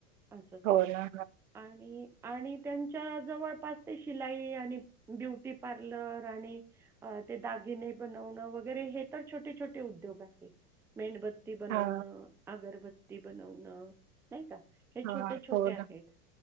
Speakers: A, in the centre; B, on the right.
A: अस.
B: हो ना
A: आणि- आणि- त्यांच्या जवळपास ते शिलाई आणि ब्युटी पार्लर आणि ते दागिने बनवण वगैरे हे तर छोटे छोटे उद्योग आहे. मेणबत्- ते बनवण.
B: हा
A: अगरबत्ती- ते बनवण - नाही का? हे
B: हा
A: छोटे
B: हा
A: छोटे
B: हो
A: आहेत
B: ना